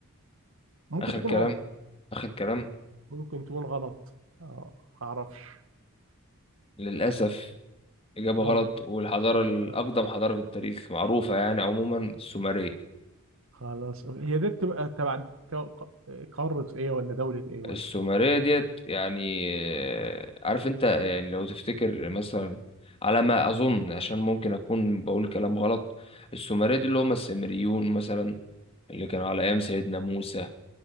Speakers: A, on the right (about 60°); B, on the left (about 25°).
A: ممكن
B: اخر
A: تكون
B: كلام
A: غلط
B: اخر كلام
A: ممكن تكون غلط آه، ما اعرفش
B: للاسف إجابة
A: غلط
B: غلط والحضارة الأقدم
A: آه،
B: حضارة في التاريخ معروفة يعني عموما السومرية
A: خلاص هي دي بتبقى تبع ك- ق- قاره ايه ولا دوله ايه ولا
B: السومرية ديت يعني آه، عارف أنت آه، يعني لو تفتكر مثلا على ما أظن عشان ممكن أكون بقول كلام غلط السومرية دي اللي هم السامريون مثلا اللي كانوا على أيام سيدنا موسى